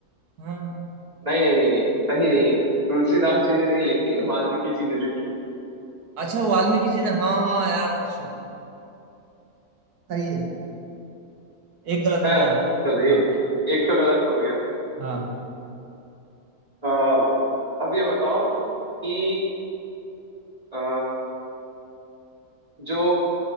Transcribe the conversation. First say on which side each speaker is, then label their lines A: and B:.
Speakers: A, on the right; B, on the right.
A: हाँ
B: नहीं नहीं नहीं नहीं सही नहीं है तुलसीदास जी ने नहीं लिखी है वाल्मीकि जी ने लिखी है
A: अच्छा वाल्मीकि जी ने हाँ हाँ हाँ, यार शिट सही है एक गलत हो
B: है
A: गया
B: ना चलो
A: हाँ
B: ए, एक तो गलत हो गया
A: हाँ
B: आ, अब ये बताओ कि अ, जो